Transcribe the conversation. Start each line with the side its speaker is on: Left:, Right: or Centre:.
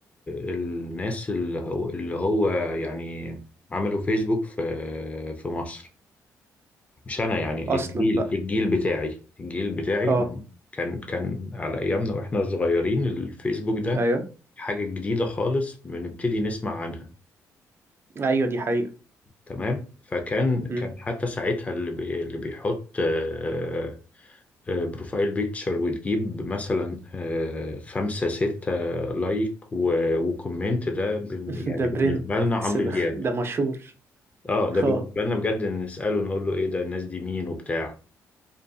Left: آه، الناس اللي هو اللي هو يعني عملوا فيسبوك في في مصر مش انا يعني
Right: أصلا
Left: الجيل
Right: بقى
Left: الجيل بتاعي الجيل بتاعي
Right: آه
Left: كان كان على ايامنا واحنا صغيرين الفيسبوك ده
Right: أيوه
Left: حاجة جديدة خالص بنبتدي نسمع عنها
Right: أيوه دي حقيقة
Left: تمام فكان كان
Right: امم
Left: حتى ساعتها اللي بي اللي بيحط آه، آه، بروفايل بيكتشر وتجيب مثلا آه، خمسة ستة لايك و- وكومنت ده بن-
Right: <laughs>
Left: يعني
Right: ده
Left: بالنسبة
Right: برنس
Left: لنا عمرو
Right: ده
Left: دياب
Right: ده مشهور
Left: اه ده بالنسبة
Right: آه
Left: لنا بجد نسأله نقول له ايه ده الناس دي مين وبتاع